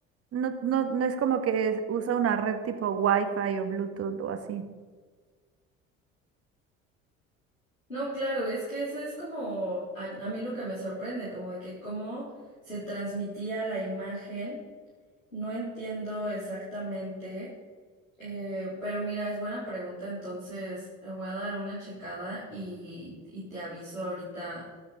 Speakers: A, on the right; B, on the left.
A: no, no, no es como que es- usa una red tipo Wi-Fi o Bluetooth o así.
B: No, claro, es que ese es como a, a mí lo que me sorprende, como de que cómo se transmitía la imagen, no entiendo exactamente. Eh, pero mira, es buena pregunta, entonces le voy a dar una checada y, y te aviso ahorita